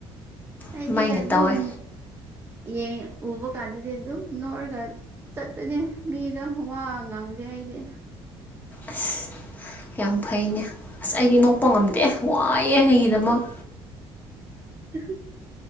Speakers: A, on the right; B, on the left.
A: ꯑꯩꯗꯤ
B: ꯑꯗꯨꯃꯥꯏꯅ
A: ꯑꯗꯨꯝ
B: ꯇꯧꯋꯦ
A: ꯌꯦꯡ ꯎꯕ ꯀꯥꯟꯗꯗꯤ ꯑꯗꯨꯝ ꯅꯣꯛꯑꯔꯒ ꯆꯠꯄꯅꯦ ꯃꯤꯗꯣ ꯋꯥ ꯉꯥꯡꯗꯦ ꯑꯩꯗꯤ
B: ꯑꯁ ꯌꯥꯝ ꯐꯩꯅꯦ ꯑꯁ ꯑꯩꯗꯤ ꯅꯣꯛꯄ ꯉꯝꯗꯦ ꯋꯥꯏꯌꯦ ꯑꯩꯒꯤꯗꯃꯛ
A: <unintelligible>